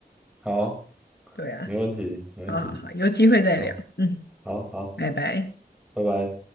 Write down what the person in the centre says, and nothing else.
好，
没问题，没问题，
好，
好，好，
拜拜。